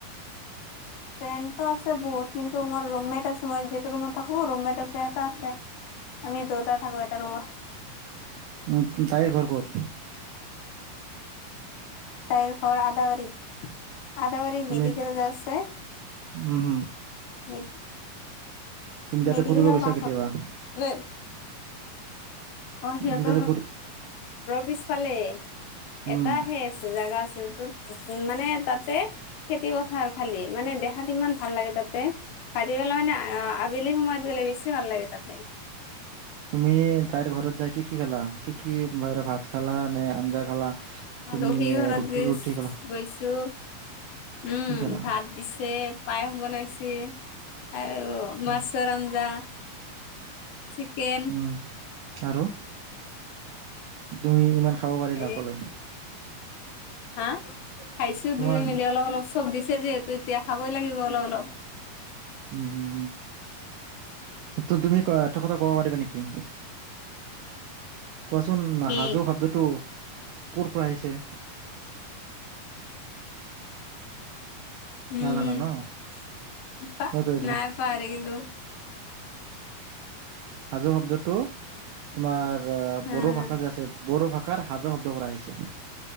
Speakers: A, on the left; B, on the right.
A: ফ্ৰেণ্ডতটো আছে বহুত কিন্তু মোৰ ৰুমেট আছে মই যিটো ৰুমত থাকো ৰুমেট আছে সহটা আছে আমি দুটাই থাকো এটা ৰুমত
B: উম, তাইৰ ঘৰ ক'ত
A: তাইৰ ঘৰ আদাবাৰী আদাবাৰী
B: তুমি
A: মেডিকেল যে আছে
B: উম, হম
A: মে
B: তুমি তাতে
A: মেডীকেলৰ
B: ফুৰিব গৈছা
A: কাষত
B: কেতিয়াবা?
A: অ অ
B: তুমি
A: সিহঁত,
B: তাতে ফুৰ
A: পিছফালে
B: উম,
A: এটা হ আছে জেগা আছে। উ মানে তাতে। খেতি পথাৰ খালি মানে দেখাত ইমান ভাল লাগে তাতে। কাটি পেলাও নে অ আবেলি সময়ত গ'লে বেছি ভাল লাগে তাতে।
B: তুমি তাইৰ ঘৰত যাই কি কি খালা, কি কি বাহিৰ ভাত খালা নে আঞ্জা খালা। তুমি
A: আলহি ঘৰত
B: ৰুটি
A: গৈগৈছো।
B: ৰুটি খালা
A: উম
B: কি খালা
A: ভাত দিছে পায়স বনাইছে। আৰু
B: উম,
A: মাছৰ আঞ্জা। চিকেন।
B: উম, আৰু। তুমি ইমান খাব পাৰিলা
A: এ
B: অকলে।
A: হা, খাইছো
B: তোমাৰ
A: দুয়ো মেলি অলপ অলপ চব দিছে যিহেতু। তেতিয়া খাবই লাগিব অলপ অলপ।
B: উম উম। তো তুমি এটা কথা ক'ব পাৰিবা নেকি? কোৱাচোন
A: কি
B: সাজো শব্দটো। কোৰ পৰা আহিছে।
A: উম
B: নাজানা ন
A: প
B: মই কৈ
A: নাই পাৰ পাহৰিগিলো।
B: সাজো শব্দটো, তোমাৰ।
A: উম,
B: বড়ো ভাষা যে আছে বড়ো ভাষাৰ হাজো শব্দৰ পৰা আহিছে,